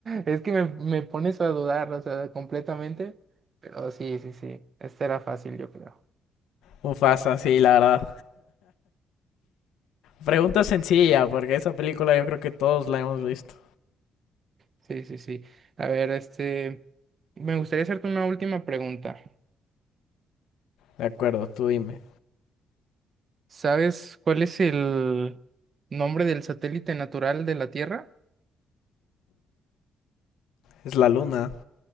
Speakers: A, on the right; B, on the left.
A: es que me, me pones a dudar, o sea, completamente. Pero sí, sí, sí, esta era fácil, yo creo.
B: Mufasa, sí, la verdad. Pregunta sencilla, porque esa película yo creo que todos la hemos visto.
A: Sí, sí, sí. A ver, este, me gustaría hacerte una última pregunta.
B: De acuerdo, tú dime.
A: ¿Sabes cuál es el nombre del satélite natural de la Tierra?
B: Es la luna.